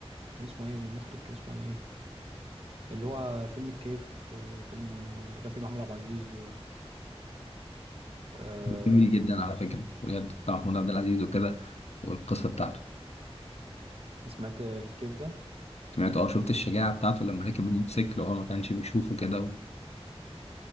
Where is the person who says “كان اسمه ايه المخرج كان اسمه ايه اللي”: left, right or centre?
Right